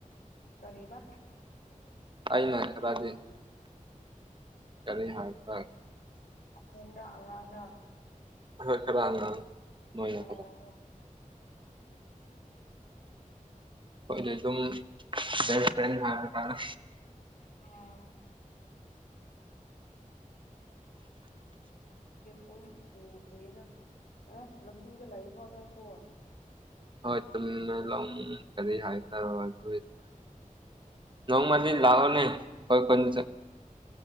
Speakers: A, on the left; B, on the right.
A: ꯀꯔꯤꯕ
B: ꯑꯩꯅ ꯈꯔꯗꯤ ꯀꯔꯤ ꯍꯥꯏꯕ꯭ꯔꯥ
A: ꯑꯍꯟꯔ ꯑꯉꯥꯡꯔ
B: ꯍꯣꯏ ꯈꯔ ꯑꯉꯥꯡ ꯅꯣꯏꯅ
A: ꯑꯣ
B: ꯈꯔ ꯍꯣꯏꯅꯪ ꯑꯗꯨ ꯑꯗꯨꯝ ꯕꯦꯁ ꯐ꯭ꯔꯦꯟ ꯍꯥꯏꯕ ꯇꯥꯔꯦ
A: ꯑ ꯄꯨꯟ ꯎꯗ꯭ꯔꯦꯒ ꯑꯦ ꯂꯝꯕꯤꯗ ꯂꯩꯀꯣ ꯅꯣꯏꯁꯣ
B: ꯍꯣꯏ <unintelligible> ꯀꯔꯤ ꯍꯥꯏꯁꯤꯔ <unintelligible> ꯅꯣꯡꯃꯗꯤ ꯂꯥꯛꯑꯣꯅꯦ
A: ꯑꯣ ꯍꯣꯏ
B: ꯑꯈꯣꯏ ꯈꯨꯟ ꯆꯠ